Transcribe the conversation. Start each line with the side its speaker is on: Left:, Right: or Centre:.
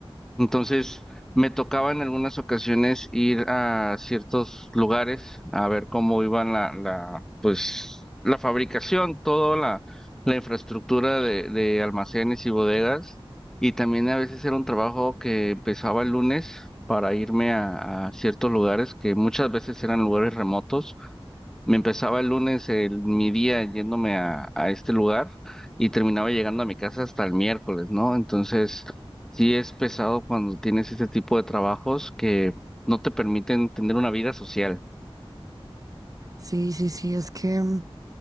Centre: Entonces, me tocaba en algunas ocasiones ir a ciertos lugares a ver cómo iban la, la, pues, la fabricación, toda la, la infraestructura de, de almacenes y bodegas. Y también a veces era un trabajo que empezaba el lunes para irme a a ciertos lugares que muchas veces eran lugares remotos me empezaba el lunes el, mi día yéndome a, a este lugar y terminaba llegando a mi casa hasta el miércoles, ¿no? Entonces, sí es pesado cuando tienes este tipo de trabajos que no te permiten tener una vida social.
Right: Sí, sí, sí, es que... mm,